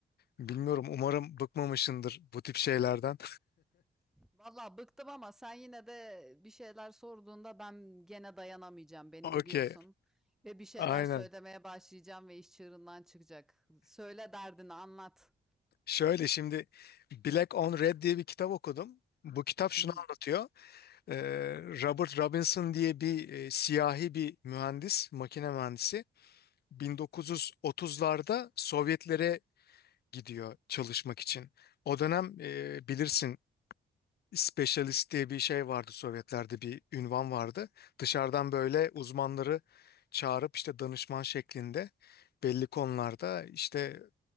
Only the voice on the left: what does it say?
Bilmiyorum umarım bıkmamışsındır bu tip şeylerden.
<laughs>
Okey.
Aynen.
Şöyle şimdi Black on Red diye bir kitap okudum. Bu kitap şunu
anlatıyor. Ee, Robert Robinson diye bir e, siyahi bir mühendis, makine mühendisi 1930'larda Sovyetlere gidiyor çalışmak için. O dönem e, bilirsin specialist diye bir şey vardı Sovyetlerde bir ünvan vardı. Dışarıdan
böyle uzmanları çağırıp işte danışman şeklinde belli konularda işte